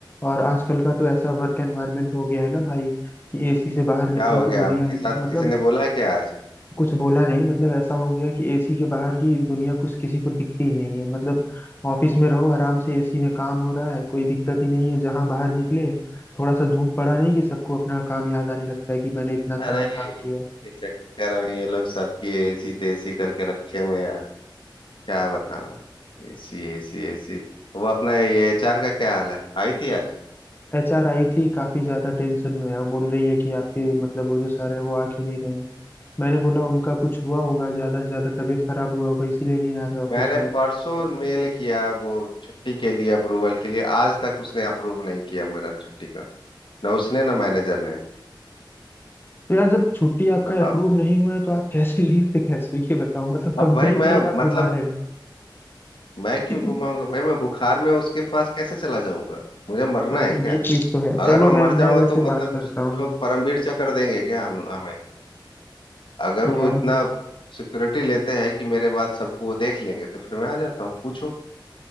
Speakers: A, on the left; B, on the left.
A: और आजकल का तो ऐसा वर्क एनवायरनमेंट हो गया है ना भाई कि एसी से बाहर निकलो
B: क्या हो
A: तो
B: गया
A: दुनिया
B: आपके
A: ही-
B: साथ
A: मतलब
B: किसी ने बोला क्या आज
A: कुछ बोला नहीं मतलब ऐसा हो गया कि एसी के बाहर की दुनिया कुछ किसी को दिखती ही नहीं है मतलब ऑफिस में रहो आराम से एसी में काम हो रहा है कोई दिक्कत ही नहीं है जहां बाहर निकले थोड़ा सा धूप पड़ा नहीं कि सबको अपना काम याद आने लगता है कि मैंने इतना
B: अरे
A: खराब
B: इसके
A: काम किया
B: चक्कर में ये लोग सबकी एसी तेसी करके रखे हुए हैं यार क्या बताऊँ AC AC AC वो अपना ये एचआर का क्या हाल है आई थी आज
A: एचआर आई थी काफी ज्यादा टेंशन में है वो बोल रही है कि आपके मतलब वो जो सर है वो आ क्यों नहीं रहे हैं। मैंने बोला उनका कुछ हुआ होगा ज्यादा से ज्यादा तबीयत खराब हुआ होगा इसीलिए नहीं आ रहे ऑफिस
B: मैंने
A: में
B: परसों मेल किया वो छुट्टी के लिए अप्रूवल के लिए आज तक उसने अप्रूव नहीं किया मेरा छुट्टी का ना उसने ना मैनेजर ने
A: तो यार जब छुट्टी आपका
B: बताओ
A: अप्रूव नहीं हुआ है तो आप कैसे लीव पे कैसे ये बताओ मतलब कंपनी
B: अब भाई मैं
A: को ही आप
B: मतलब
A: घुमा रहे
B: मैं क्यों
A: हैं
B: घुमाऊंगा
A: <laughs>
B: भाई मैं बुखार में उसके पास कैसे चला जाऊंगा मुझे मरना
A: हाँ
B: है क्या
A: ये चीज तो है
B: अगर
A: चलो
B: मैं
A: मैं
B: मर जाऊंगा
A: मैं वैसे
B: तो मतलब
A: बात करता
B: उस वो
A: हूँ
B: लोग परमवीर चक्र देंगे क्या हम हमें अगर वो
A: यार
B: इतना सिक्योरिटी लेते हैं कि मेरे बाद सबको वो देख लेंगे तो फिर मैं आ जाता हूँ पूछो